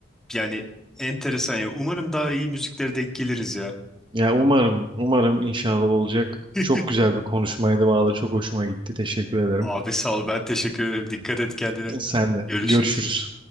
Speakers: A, in the centre; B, on the right.
A: yani enteresan ya. Umarım daha iyi müziklere denk geliriz ya.
B: Ya umarım, umarım inşallah olacak.
A: <laughs>
B: Çok güzel bir konuşmaydı valla. Çok hoşuma gitti. Teşekkür ederim.
A: Abi sağ ol, ben teşekkür ederim. Dikkat et kendine.
B: Sen de.
A: Görüşürüz.
B: Görüşürüz.